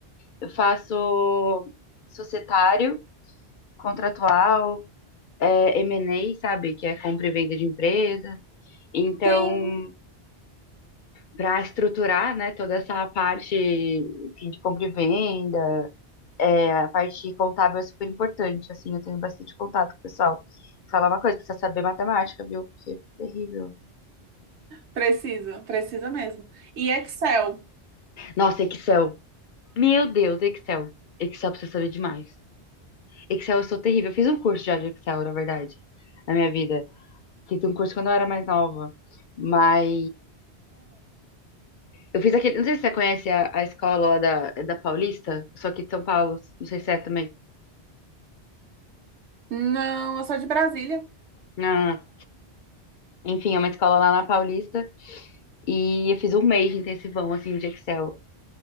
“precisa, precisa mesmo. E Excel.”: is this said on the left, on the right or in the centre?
Right